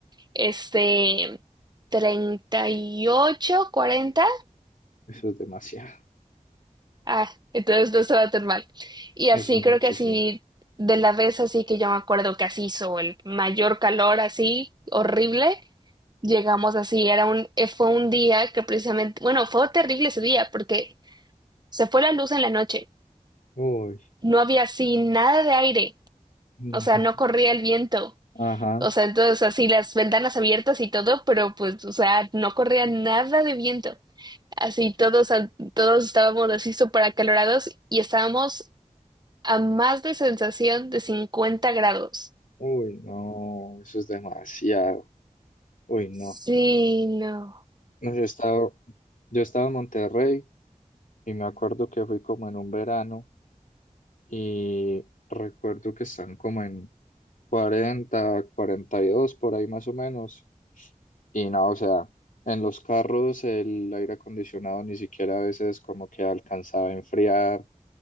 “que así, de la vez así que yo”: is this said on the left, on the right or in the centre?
Right